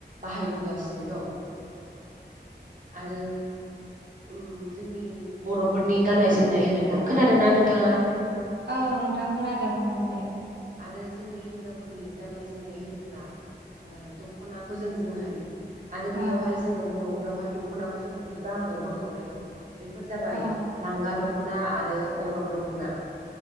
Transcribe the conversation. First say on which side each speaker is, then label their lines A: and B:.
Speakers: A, on the right; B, on the right.
A: बाहाय हायबोगासिनो दं आरो उम जोंनि बर'फोरनि गाननाय जोमनाय होनोब्ला खोनादोंना नोंथाङा?
B: औ नोंथां खोनादों बुं दे।
A: आरो जोंनि हिन्जावफोरनि गाननाय जोमनाय होनोब्ला ओ दख'नाखौ जों बुंनो हायो। आरो
B: औ
A: बेयावहाय जोङो बर'फ्रावहाय दख'नाखौ जों मोननै बाहागोआव बोखावदों। बेफोर जाबाय
B: औ
A: लांगा दख ख'ना आरो अग्रं दख'ना